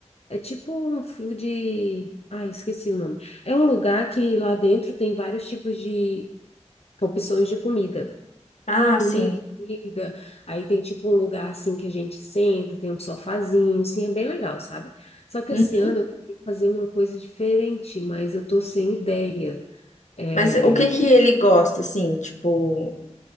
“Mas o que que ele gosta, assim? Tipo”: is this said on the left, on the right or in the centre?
Left